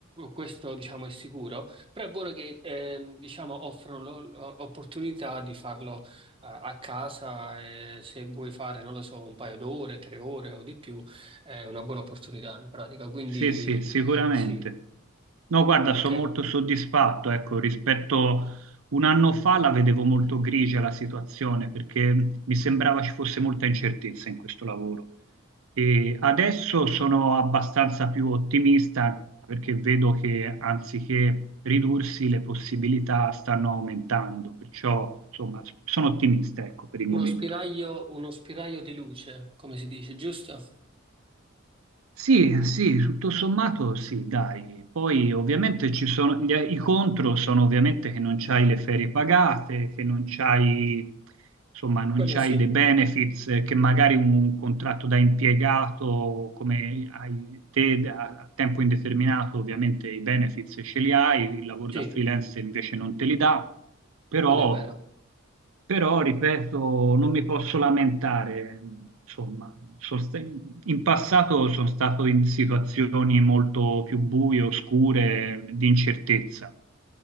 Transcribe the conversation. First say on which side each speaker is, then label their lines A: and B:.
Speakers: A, on the right; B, on the right.
A: questo diciamo è sicuro, però è buono che ehm, diciamo, offrono l'opportunità di farlo eh, a casa, eh, se vuoi fare, non lo so, un paio d'ore, tre ore o di più, è una buona opportunità in pratica. Quindi
B: Sì, sì, sicuramente.
A: sì,
B: No, guarda,
A: ok,
B: sono molto soddisfatto, ecco, rispetto un anno fa la vedevo molto grigia la situazione perché mi sembrava ci fosse molta incertezza in questo lavoro. E adesso sono abbastanza più ottimista perché vedo che anziché ridursi le possibilità stanno aumentando, perciò insomma sono ottimista, ecco, per il momento.
A: uno spiraglio, uno spiraglio di luce, come si dice, giusto?
B: Sì, sì, tutto sommato sì, dai. Poi ovviamente ci sono, gli- i contro sono ovviamente che non c'hai le ferie pagate, che non c'hai, insomma, non
A: Quello
B: c'hai
A: sì,
B: dei benefits eh, che magari un contratto da impiegato come hai te da- a tempo indeterminato, ovviamente i benefits ce li hai, il lavoro
A: sì,
B: da freelance invece non te li dà, però
A: quello è vero.
B: però, ripeto, non mi posso lamentare, insomma, Sono sta- in passato sono stato in situazioni molto più buie, oscure, di incertezza.